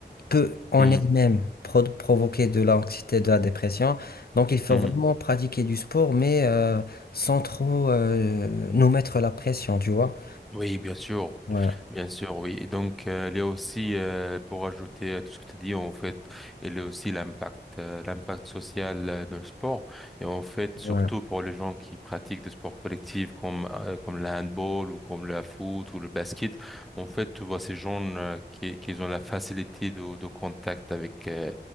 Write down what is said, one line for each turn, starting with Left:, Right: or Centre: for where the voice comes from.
Left: peut en
Centre: Mhm.
Left: elle-même
Centre: Mhm.
Left: pro- provoquer de l'anxiété, de la dépression. Donc il faut
Centre: Mhm.
Left: vraiment pratiquer du sport, mais euh, sans trop euh, nous mettre la pression, tu vois.
Centre: Oui, bien sûr,
Left: Ouais,
Centre: bien sûr, oui. Et donc, euh, il y a aussi, euh, pour ajouter à tout ce que tu as dit, en fait, il y a aussi l'impact, euh, l'impact social euh, dans le sport. Et en fait, surtout
Left: ouais,
Centre: pour les gens qui pratiquent des sports collectifs comme, euh, comme le handball ou comme le foot ou le basket, en fait, tu vois ces gens euh, qui, qui ont la facilité de, de contact avec, euh,